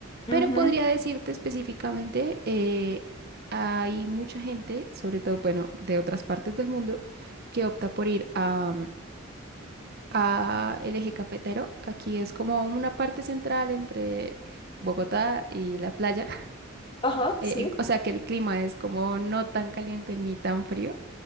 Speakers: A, on the left; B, on the right.
A: Ujú.
B: pero podría decirte específicamente, eh, hay mucha gente, sobre todo, bueno, de otras partes del mundo, que opta por ir a, mm, a el eje cafetero. Aquí es como una parte central entre Bogotá y la playa
A: Ajá,
B: eh,
A: sí.
B: en- o sea, que el clima es como no tan caliente ni tan frío.